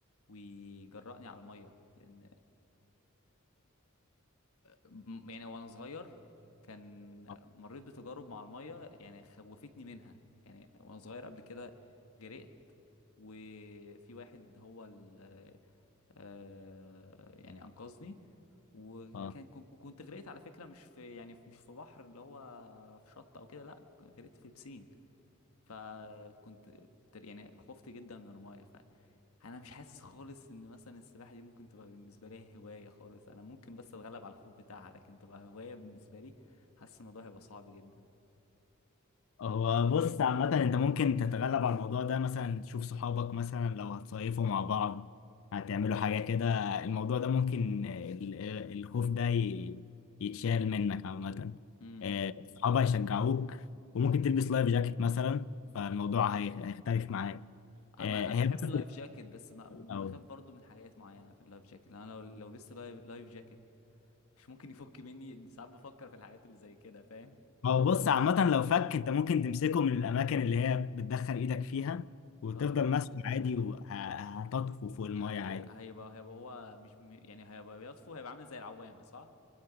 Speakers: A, on the left (about 80°); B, on the left (about 65°).
A: ويجرأني على المية لأن م- يعني وانا صغير كان
B: اه
A: مريت بتجارب مع المية يعني خوفتني منها يعني وانا صغير قبل كده غرقت وفي واحد هو ال آه، يعني انقذني وكان
B: آه.
A: كن- كنت غرقت على فكرة مش في يعني مش في بحر اللي هو في شط او كده لا غرقت في بسين فكنت تر- يعني خفت جدا من المايه فانا مش حاسس خالص ان مثلا السباحه دي ممكن تبقى بالنسبه لي هوايه خالص انا ممكن بس اتغلب على الخوف بتاعها لكن تبقى هوايه بالنسبه لي حاسس الموضوع هيبقى صعب جدا
B: هو بص عامة انت ممكن تتغلب على الموضوع ده مثلا تشوف صحابك مثلا لو هتصيفوا مع بعض هتعملوا حاجة كده الموضوع ده ممكن ال- الخوف ده ي- يتشال منك عامة
A: امم
B: آه، صحابك هيشجعوك وممكن تلبس لايف جاكيت مثلا فالموضوع هي- هيختلف معاك
A: انا
B: آه،
A: أنا
B: هي
A: بحب
B: بس
A: اللايف جاكيت بس ما
B: أو
A: بخاف برضو من حاجات معينه في اللايف جاكيت لأن انا لو لو لبست لايف لايف جاكيت <laughs> مش ممكن يفك مني ساعات بفكر في الحاجات اللي زي كده فاهم
B: ما هو بص عامة لو فك انت ممكن تمسكه من الأماكن اللي هي بتدخل إيدك فيها وتفضل
A: اه
B: ماسكه عادي وهتطفو فوق المية
A: هي
B: عادي
A: هيبقى هيبقى هو مش م- يعني هيبقى بيطفو هيبقى عامل زي العوامه صح